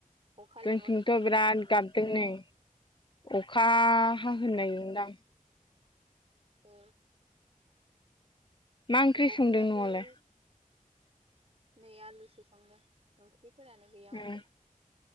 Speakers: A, on the right; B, on the left.
A: अखा
B: जोंथिंथ'
A: लिंहरदों खोमाब
B: बिराद
A: आमबु।
B: गाबदों नै अखा ह होननायदां।
A: औ।
B: मा ओंख्रि
A: अखायाबो
B: संदों न'आवलाय।
A: नै आलसो सोंदों ओंख्र फोरानो गैया
B: उम
A: माथे।